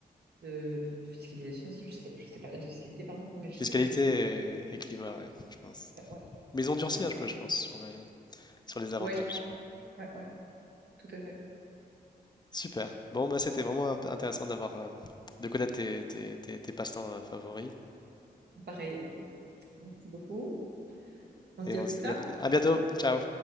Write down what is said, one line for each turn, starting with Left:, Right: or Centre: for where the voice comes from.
Right: de fiscalisation aussi. Je sais, je sais pas, de fiscalité, pardon, mais je
Left: Fiscalité
Right: sais pas du tout.
Left: et, et climat, ouais, je pense.
Right: Ouais, ouais,
Left: Mais ils ont durci
Right: ouais.
Left: un peu, je pense, sur les, sur les avantages.
Right: Ouais, je pense. Ouais, ouais, tout à fait.
Left: Super. Bon, bah c'était vraiment int- intéressant d'avoir, euh, de connaître tes, tes, tes- tes passe-temps euh, favoris.
Right: Pareil. Merci beaucoup. On se
Left: Et
Right: dit
Left: on
Right: à plus
Left: se
Right: tard.
Left: dit à à bientôt. Ciao.